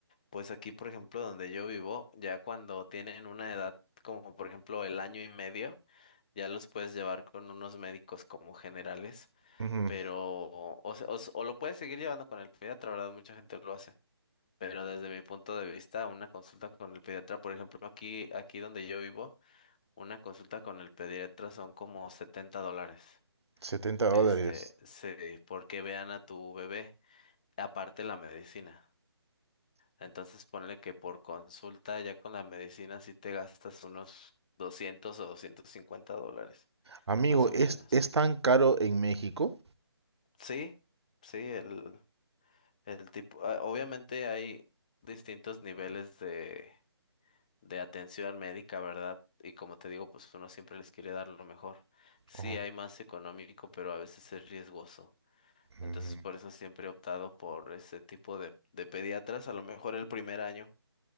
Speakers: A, on the left; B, on the right.
A: Pues aquí, por ejemplo, donde yo vivo, ya cuando tienen una edad como por ejemplo el año y medio, ya los puedes llevar con unos médicos como generales,
B: Ujú,
A: pero o, o, se- o, se- o lo puedes seguir llevando con el pediatra, ¿verdad? Mucha gente lo hace. Pero desde mi punto de vista, una consulta con el pediatra, por ejemplo, aquí, aquí donde yo vivo, una consulta con el pediatra son como 70 dólares.
B: setenta dólares.
A: Este, sí, porque vean a tu bebé, aparte la medicina. Entonces ponle que por consulta ya con la medicina sí te gastas unos 200 o 250 dólares,
B: Amigo,
A: más o
B: ¿es,
A: menos.
B: es tan caro en México?
A: Sí, sí, el, el tipo, ah, obviamente hay distintos niveles de, de atención médica, ¿verdad? Y como te digo, pues uno siempre les quiere dar lo mejor. Sí,
B: Ujú,
A: hay más económico, pero a veces es riesgoso.
B: ujú,
A: Entonces, por eso siempre he optado por ese tipo de, de pediatras, a lo mejor el primer año.